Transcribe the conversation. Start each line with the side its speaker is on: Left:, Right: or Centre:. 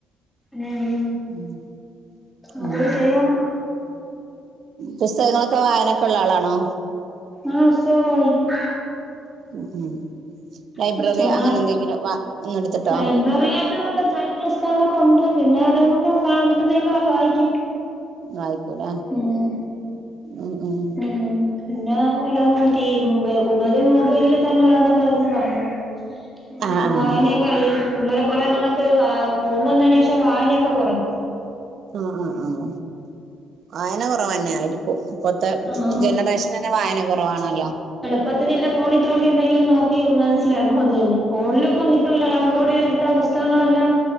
Centre: മ്ഹ്
Right: ഉം അങ്ങനെയൊക്കെയാണ്
Centre: എന്തര് ചെയ്യാന്
Right: പുസ്തകങ്ങളൊക്കെ വായനക്കെ ഒള്ള ആളാണോ
Centre: ആഹ് പുസ്തകൊക്ക വായിക്കും
Right: ഉം ലൈബ്രറി
Centre: പുസ്തകങ്ങള
Right: അങ്ങനെ എന്തെങ്കിലും വാ ഒന്നെടുത്തിട്ടോ
Centre: ലൈബ്രറി ആയിട്ട് ചരിത്ര പുസ്തകള <unintelligible> ഒണ്ട് പിന്നെ ഓരോന്നൊക്കെ സ കിട്ടുന്നെ ഒക്കെ വായിക്കും
Right: വായിക്കൂലേ
Centre: മ്ഹ്
Right: ഉം ഉം
Centre: മ്ഹ് പിന്ന <unintelligible> കൂടുതലും മൊബൈലില് തന്ന ഇത് കണക്ക് ഇരുന്നു കാണുന്ന അപ്പൊ
Right: ആഹ് ആഹ്
Centre: വായനെക്ക <unintelligible> പുള്ളേരെ പറയണ കണ <unintelligible> ഫോൺ വന്നേന് ശേഷം വായനൊക്കെ കൊറഞ്ഞു
Right: ആഹ് ആഹ് ആഹ് വായന കൊറവന്നെ ആയിരിക്കും ഇപ്പൊത്തെ
Centre: ഉം
Right: ജനറേഷന് തന്നെ വായന കൊറവ് ആണല്ലോ
Centre: ഇപ്പത്തേന് എന്റെ ഫോണി തോണ്ടി എന്തെങ്കിലും നോക്കി മനസ്സിലാക്കും അത് തന്നെ ഫോണിലും ഇപ്പ കിട്ടുവല്ലോ ഡൗൺലോഡ് ചെയ്തെടുത്ത പുസ്തകങ്ങളെല്ലാം